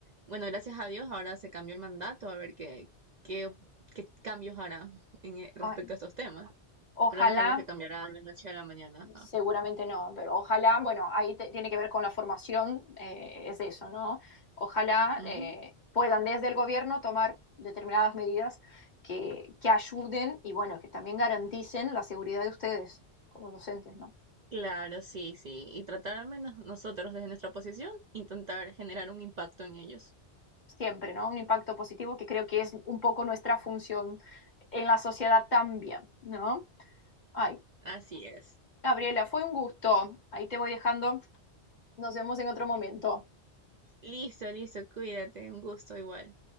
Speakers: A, on the right; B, on the left.
A: Bueno, gracias a Dios ahora se cambió el mandato, a ver qué, qué, qué cambios hará en, eh, respecto
B: Ay,
A: a estos temas,
B: ojalá
A: pero no es algo que cambiará de la noche a la mañana. ajá.
B: Seguramente no, pero ojalá, bueno, ahí te- tiene que ver con la formación, eh, es eso, ¿no? Ojalá
A: Ujú.
B: eh, puedan desde el gobierno tomar determinadas medidas que, que ayuden y bueno, que también garanticen la seguridad de ustedes como docentes, ¿no?
A: Claro, sí, sí. Y tratar al menos nosotros desde nuestra posición, intentar generar un impacto en ellos.
B: Siempre, ¿no? Un impacto positivo que creo que es un poco nuestra función en la sociedad también, ¿no? Ay,
A: Así es.
B: Gabriela, fue un gusto. Ahí te voy dejando. Nos vemos en otro momento.
A: Listo, listo, cuídate, un gusto igual.